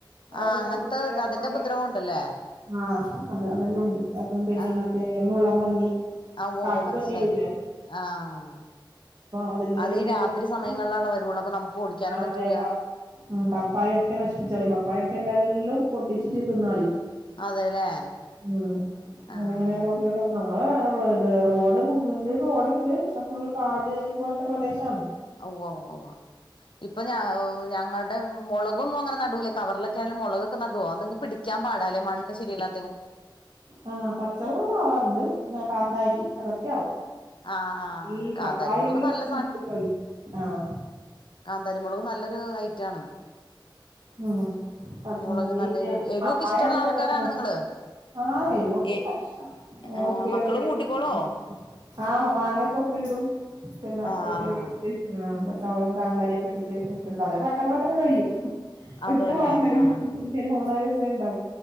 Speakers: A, on the left (about 75°); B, on the right (about 55°).
A: ആഹ്
B: അതിനെ
A: അങ്ങനത്തെ
B: കുറിച്ച്ല്ല
A: അതിന്റെ ഉപദ്രവം ഉണ്ടല്ലേ
B: <unintelligible> ആഹ് അത അതെല്ലാം ഉണ്ട് അതും പിന്നെ
A: ആഹ്
B: മറ്റ ദേ മുള്ളം പന്നി
A: ആഹ് ഉവ്വ
B: കാട്ടു
A: ഉവ്വ മനസ്സിലായി
B: പന്നിയാലുംല്ലേ?
A: ആഹ്.
B: അതിന്റെയെല്ലാം
A: അതീരാത്രി
B: ഉപദ്രവം കൊണ്ട്
A: സമയങ്ങളിലള്ള വരുവുള്ളൂ അപ്പൊ നമുക്ക് ഓടിക്കാനും
B: ആഹ്
A: പറ്റൂല-
B: അതെ പ- ഉം പപ്പായൊക്കെ നശിപ്പിച്ചാളി പപ്പായൊക്കെ ഉണ്ടായതെല്ലാം പൊട്ടിച്ചിട്ട് തിന്നാളിം
A: അതെല്ലേ
B: ഉം അങ്ങനെങ്ങനെ
A: ആഹ് ആഹ്
B: റോട്ടിലും. നമ്മള ത് റോഡ് മുൻ റോഡണ്ട് പക്ഷെ ഫുള്ള് കാട് പോലത്തെ പ്രദേശാന്ന്
A: ഓഹ്വ്വവ്വവ. ഇപ്പൊ ഞ ഞങ്ങളുടെ മുളകൊന്നും അങ്ങനെ നടുല കവറിലൊക്കെ ആലും മൊളക് പോനട്വോ നിങ്ങ് പിടിക്കാൻാടാലേ മണ് ശരില്ലാ
B: ആഹ് പച്ചമൊളക് ആവാറുണ്ട് കാന്താരി അതൊക്കെയ ആവും.
A: ആഹ് ആഹ്
B: ഈ
A: കാന്താരി
B: പപ്പായെല്ലോം
A: മുളക് നല്ല
B: നശിപ്പിച്ചളയും ആഹ്.
A: കാന്താരിമൊളവ് നല്ലൊരു ഐറ്റാണ്.
B: ഉം <unintelligible>
A: മുളക് നല്ല എരു എരുവൊക്കെ
B: പപ്പായക്ക
A: ഇഷ്ടമുള്ള ആൾക്കാരാണ്
B: <unintelligible> പറ്റ
A: നിങ്ങള്
B: ആഹ് എരിവൊക്കെ
A: ഏ
B: ഇണ്ട ഇഷ
A: ആഹ്
B: ഉപ്പിലൊക്കെ
A: മക്കളും
B: ഇടും
A: കൂട്ടിക്കോളോ
B: ആഹ് മാങ്ങയൊക്കെ ഉപ്പിലിടും. പിന്നെ
A: ആഹ്
B: <unintelligible> പച്ചമുളകും കാന്താരിക്കെ ഇട്ടട്ട് ഉപ്പ അതി പെട്ടെന്ന് പെട്ടന്ന് കഴിയും.
A: അതെല്ലേ
B: എട്ട പടന്നക്
A: ആഹ്
B: ഈരുമൂന്നാല് ദിവസത്തെ ഉണ്ടാവും